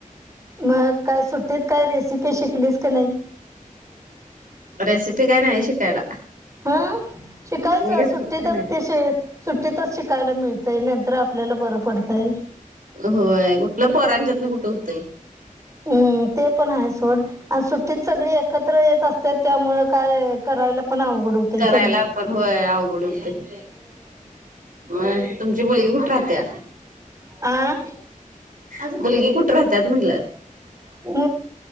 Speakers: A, on the right (about 20°); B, on the right (about 75°).
A: मग काय सुट्टीत काय रेसिपी शिकलीस की नाही?
B: रेसिपी काय नाही शिकायला.
A: हं, शिकायच
B: तुम्ही
A: ते
B: काय
A: सुट्टीतच
B: शिकला का नाही
A: ते शीक. सुट्टीतच शिकायला मिळतय, नाहितर आपल्याला बर पडतय.
B: होय, कुठल पोराच्यात न कुठ होतय.
A: हम्म, ते पण आहे सोड, आणि सुट्टीत सगळी एकत्र येत असत्यात त्यामुळ काय करायला पण अवघड होतय
B: करायला
A: सगळ.
B: पण होय अवघड होतंय. मग, तुमची मुलगी कुठ राहत्या?
A: आ
B: मुलगी कुठ राहतात म्हणल?
A: म